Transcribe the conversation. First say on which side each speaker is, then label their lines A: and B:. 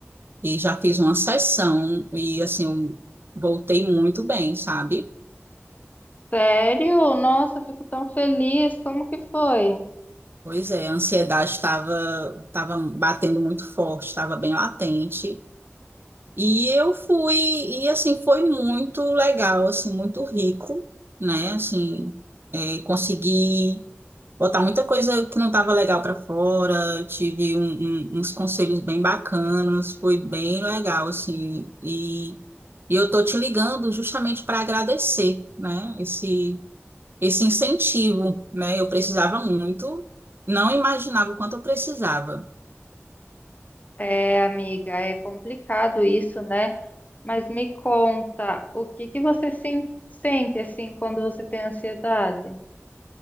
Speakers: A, on the right; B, on the left.
A: e já fiz uma sessão e assim eu voltei muito bem, sabe?
B: Sério? Nossa, eu fico tão feliz. Como que foi?
A: Pois é, a ansiedade estava estava batendo muito forte, estava bem latente. E eu fui, e assim, foi muito legal, assim, muito rico, né? Assim, é, consegui botar muita coisa que não estava legal para fora. Eu tive um- um- uns conselhos bem bacanas, foi bem legal, assim. E, e eu tô te ligando justamente para agradecer, né? Esse, esse incentivo, né? Eu precisava muito, não imaginava o quanto eu precisava.
B: É, amiga, é complicado isso, né? Mas me conta, o que que você sen- sente assim quando você tem ansiedade?